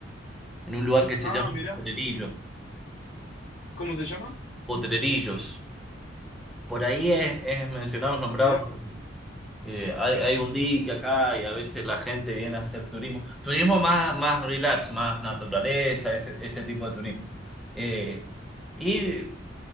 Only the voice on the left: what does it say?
Ah,
mirá,
¿cómo se llama?
Mirá,